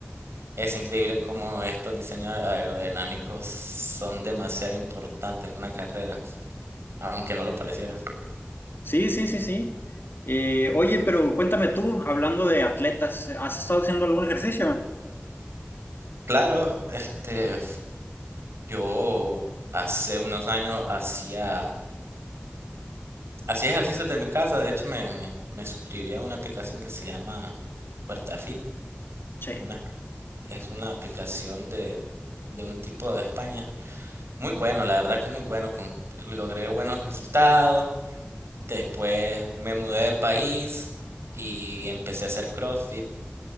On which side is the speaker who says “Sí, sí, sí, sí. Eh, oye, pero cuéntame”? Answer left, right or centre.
Left